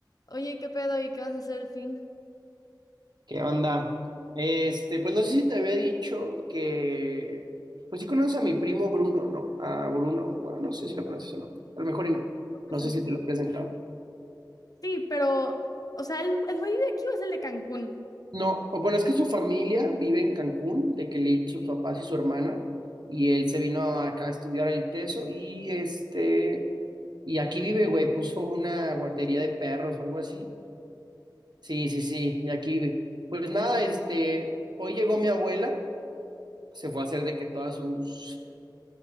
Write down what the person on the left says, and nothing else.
Oye, ¿qué pedo? ¿Y qué vas a hacer el fin?
presentó
Sí, pero, o sea, ¿el, el güey de aquí o es el de Cancún?